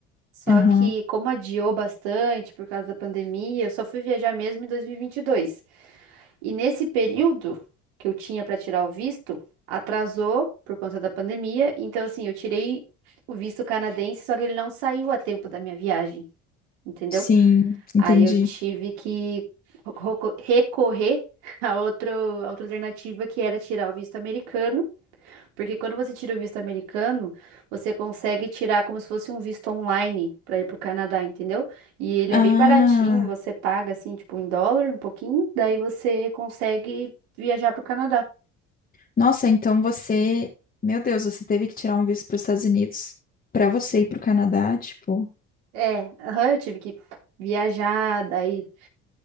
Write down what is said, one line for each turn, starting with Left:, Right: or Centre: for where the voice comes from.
Right: Só
Left: Aham.
Right: que, como adiou bastante por causa da pandemia, eu só fui viajar mesmo em 2022. E vinte e dois. E nesse período que eu tinha para tirar o visto, atrasou por conta da pandemia. Então, assim, eu tirei o visto canadense, só que ele não saiu a tempo da minha viagem, entendeu?
Left: Sim,
Right: Aí
Left: entendi.
Right: eu tive que reco- recorrer <laughs> a outro, a outra alternativa que era tirar o visto americano porque quando você tira o visto americano, você consegue tirar como se fosse um visto online para ir pro Canadá, entendeu? E ele
Left: Ah,
Right: é bem baratinho, você paga assim, tipo, em dólar, um pouquinho, daí você consegue viajar pro Canadá.
Left: nossa, então você, meu Deus, você teve que tirar um visto para os Estados Unidos para você ir para o Canadá, tipo.
Right: É, aham, eu tive que viajar, daí